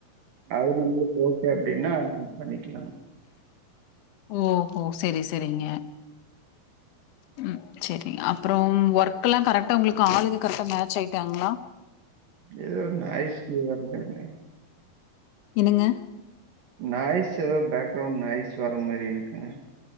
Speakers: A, on the right; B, on the left.
A: அது நம்மளுக்கு ஓகே அப்டின்னா பண்ணிக்கலாம்
B: ஓ ஓ செரி செரிங்க ம் செரி அப்புறம் ஒர்க்ல்லாம் கரெக்டா உங்களுக்கு ஆளுங்க கரெக்டா மேட்ச் ஆயிட்டாங்களா
A: ஏதோ ஒரு நாய்ஸ் மூவாகுதுங்களே
B: என்னங்க
A: நாய்ஸ் ஏதோ பேக்ரவுண்ட் நாய்ஸ் வர்ர மாரி இருக்குங்க